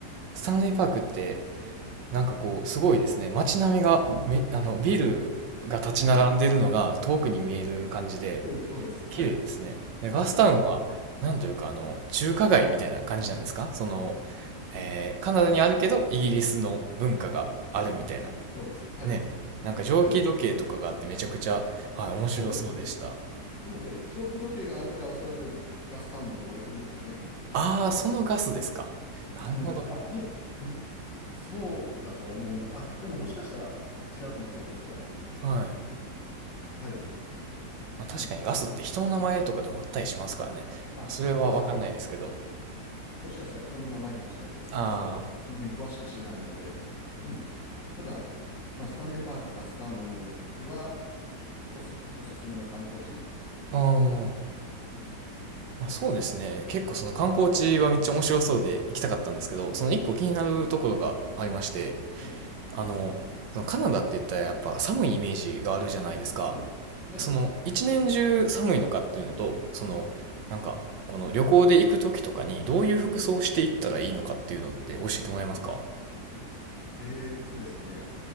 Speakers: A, on the right; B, on the left.
A: スタンレーパークって、なんかこう、すごいですね。街並みが、め、あの、ビルが立ち並んでるのが遠くに見える感じで、
B: はい。そうです、そうです。
A: 綺麗ですね。
B: はい。
A: で、ガスタウンは、
B: はい。
A: なんというか、あの、中華街みたいな感じなんですかその、えーカナダにあるけど、イギリスの文化があるみたいな
B: そうです、そうです。はい。
A: ね、なんか蒸気時計とかがあってめちゃくちゃ、
B: はい。
A: はい、面白そうでした。
B: そうです、そうですなので、蒸気時計があるから、おそらくガスタウンって言われてるんですかね。
A: ああ、そのガスですか。
B: うん。
A: なるほど。
B: うんあ、いや、もそうだと思います。あ、でももしかしたら違うかもしれないですけども。
A: はい。
B: はい。
A: まあ確かにガスって人の名前とかでもあったりしますからね。
B: うん。あ、
A: まあそれはわかんないですけど。
B: あ、そっかもしかしたら人の名前かもしれないです。
A: あ
B: ちょっと、ね詳しく知らないので。うん。ただ、まあ、スタンレーパーク、ガスタウンはおす、おすすめの観光地
A: あ、う
B: です。
A: ん。
B: うん。
A: まあそうですね。結構その観光地はめっちゃ面白そうで行きたかったんですけど、その一個気になるところがありまして、
B: はい。
A: あの、そのカナダって言ったらやっぱ寒いイメージがあるじゃないですか。
B: はい。はい
A: その一年中寒いのかっていうのと、そのなんかこの旅行で行く時とかにどういう服装していったらいいのかっていうのって教えてもらえますか
B: えーっとですね。